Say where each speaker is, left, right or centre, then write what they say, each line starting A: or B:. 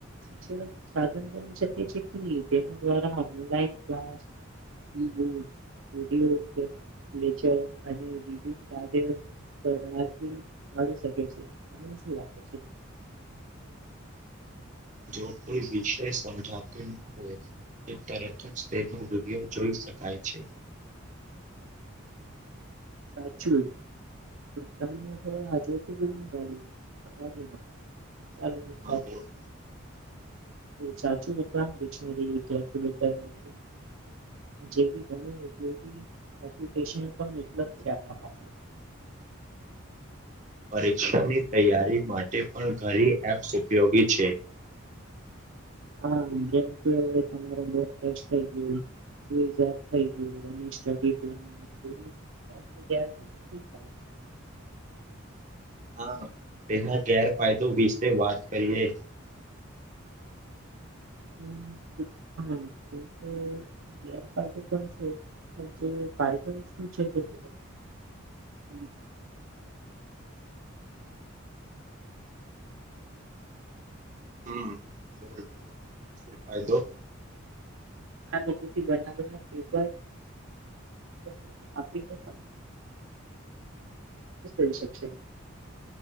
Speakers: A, on the right (about 70°); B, on the right (about 35°).
A: શિક્ષ સાધન બની શકે છે તેના દ્વારા મોબાઈલ ક્લાસ ઈુક વિડીયોચર અને બ <inaudible> સર આથી મળી શકે છે તને શું લાગે છે?
B: જો કોઈ વિષય સમજાત ન હોય. એક તરત જ તેનો વિડિયો જોઈ શકાય છે.
A: સાચું. તને થો આજ <inaudible> <unintelligible> ઉપરાંત
B: આ બોર્ડ
A: સાચુંરાંતિકરી કેલ્ક્યુલેટર જે ઘણી <unintelligible> પણ લગ છે આપણા પાસે
B: પરીક્ષાની તૈયારી માટે પણ ઘરી એપ્સ ઉપયોગી છે.
A: હા જેમ કે તમારે બહુ ફેશ થઇ ગયું. <unintelligible> <inaudible>
B: હા તેના ગેરફાયદો વિશે વાત કરીએ
A: <inaudible> હમ્મ <unintelligible> ગેરફાયદો પણ છે. જે પાય <unintelligible> હમ્મ
B: હમ્મ બોલ. શું ફાયદો
A: આ લોકોથી બનાવેના પેપર <unintelligible> આપીને <unintelligible> શકશે